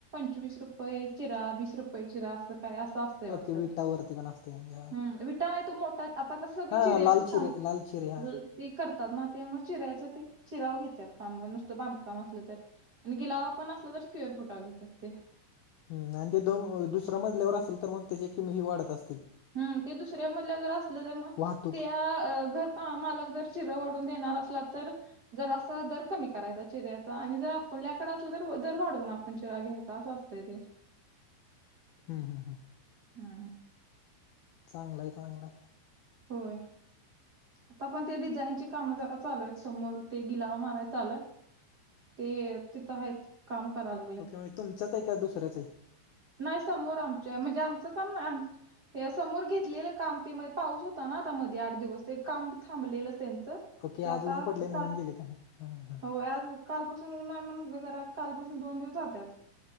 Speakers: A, on the right; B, on the left.
A: चोवीस रुपये चिरा वीस रुपये चिरा, असं काय असं असतंय. वाटत
B: ओके विटावरती
A: ते
B: पण असते म्हणजे
A: हम्म विटा नाही तू मोठा आता कस सग
B: हां
A: चिऱ्याचेच
B: हां लाल चिरे
A: सांग
B: लाल चिरे हां
A: ते करतात ना ते म चिरायचं ते चिराव घेतात, काम नुसतं बांधकाम असलं तर आणि गिलावा पण असला तर स्क्वेअर फुट अजू करते.
B: हम्म आणि ते दोन दुसरया मजल्यावर असेल तर मग त्याचे किमही वाढत असतील.
A: हम्म ते दुसऱ्या मधलं जर असलं तर मग,
B: वाहतूक
A: त्या घर हा मालक जर चिरं वाढून देणार असला तर. जर असा दर कमी करायचा चिराऱ्याचा आणि जर आपणल्याकड असलं तर दर वाढवून आप म्हण चिरा घ्यायच, असं असतय ते.
B: हम्म हम्म हम्म.
A: हा हा.
B: चांगला चांगलाय.
A: होय. आता पण ते डिझाईनचे काम जरा चालूय, आहेत समोर ते गिलावा माराय चालूय. ते तिथं आहेत, काम कराय लागलेत.
B: ओके म्हणजे तुमच्याच आहे का, दुसऱ्याच आहे.
A: नाही समोर आमच्या, म्हणजे आमचं काम ना. हे समोर घेतलेलं काम ते, मध्ये पाऊस होता ना आता मध्ये आठ दिवस. ते काम थांबलेलं त्यांचं,
B: ओके
A: ते आता
B: आज ऊन पडलंय म्हणून
A: का
B: गेले तर हां हां
A: हो आज कालपासून ऊन आहे, म्हण जरा कालपासून दोन दिवस जातात.